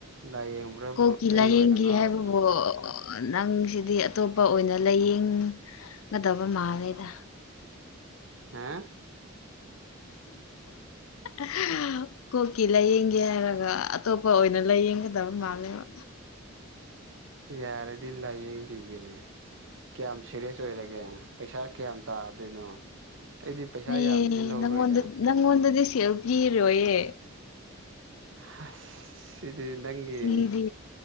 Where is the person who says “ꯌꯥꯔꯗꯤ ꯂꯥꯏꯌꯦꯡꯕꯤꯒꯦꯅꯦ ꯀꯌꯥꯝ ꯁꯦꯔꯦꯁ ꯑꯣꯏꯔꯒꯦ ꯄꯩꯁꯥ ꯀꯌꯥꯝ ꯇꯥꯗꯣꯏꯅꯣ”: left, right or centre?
Right